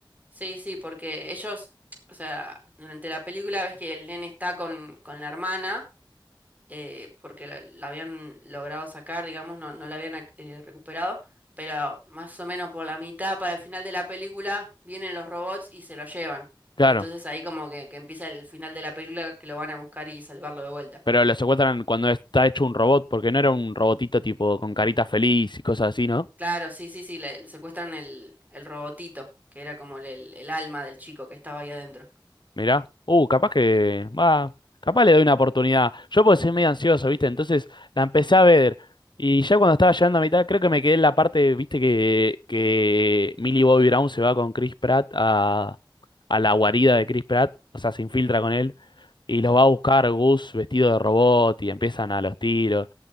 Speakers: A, on the right; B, on the left.
A: Sí, sí, porque ellos, o sea, durante la película ves que el nene está con, con la hermana, eh, porque la, la habían logrado sacar, digamos, no, no la habían ac- eh, recuperado, pero más o menos por la mitad, para el final de la película, vienen los robots y se lo llevan.
B: Claro.
A: Entonces ahí como que, que empieza el final de la película que lo van a buscar y salvarlo de vuelta.
B: Pero lo secuestran cuando está hecho un robot, porque no era un robotito tipo con carita feliz y cosas así, no
A: Claro, sí, sí, sí, le, le secuestran el, el robotito, que era como el, el- el alma del chico que estaba ahí adentro.
B: Mirá. Uh, capaz que. Va. Capaz le doy una oportunidad. Yo porque soy medio ansioso, ¿viste? Entonces la empecé a ver. Y ya cuando estaba llegando a mitad, creo que me quedé en la parte, ¿viste? Que, que Millie Bobby Brown se va con Chris Pratt a, a la guarida de Chris Pratt. O sea, se infiltra con él. Y los va a buscar Gus vestido de robot. Y empiezan a los tiros.